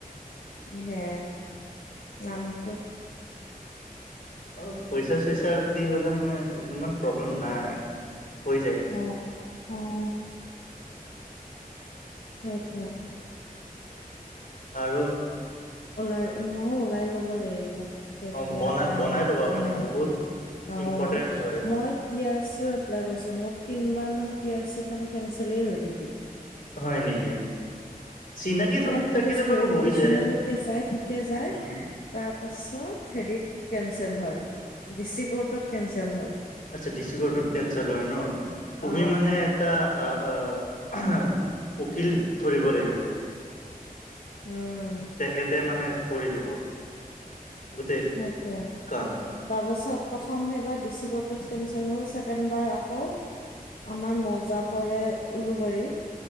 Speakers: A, on the left; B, on the left.
A: হে, নামটো
B: অ পইচা- চইচা দি হ'লে মানে ইমান প্ৰব্লেম নাই হৈ যায়
A: অ, উম। সেইতোৱে
B: আৰু
A: ওলাই মইও ওলাই ল'ব লাগিব যেতিয়া
B: অ বনাই
A: টাইম
B: বনাই ল'বা
A: মানে
B: বহুত
A: পাওঁ
B: ইম্পৰ্টেন্ট
A: আৰু
B: হয় এইটো
A: মই পি আৰ চিও এপ্লাই কৰিছোঁ, মোৰ তিনিবাৰমান পি আৰ চিখন কেনচেলেই হই থাকিল
B: হয় নেকি? চিনাকি
A: মানে
B: থাকিলে
A: পুলিচ ভেৰিফিকেচন
B: বাৰু হৈ যায়
A: লৈকে যাই, ঠিকেই যায়
B: উম
A: তাৰ পাছ চব হেৰিট কেনচেল হয় ডি চি কৰ্টত কেনচেল হয়
B: আট্চা ডিচি ক'ৰ্টট কেনচেল হয় ন তুমি
A: অ',
B: মানে এটা আ আ আহ উকিল ধৰিব লাগিব
A: উম,
B: তেখেতে মানে কৰি দিব গোটেই
A: সেইটোৱে
B: কাম
A: তাৰ পাছত প্ৰথম সেইবাৰ ডিচি ক'ৰ্টত কেনচেল হল ছেকেণ্ড বাৰ আকৌ আমাৰ মৌজা পৰে উলুবাৰীত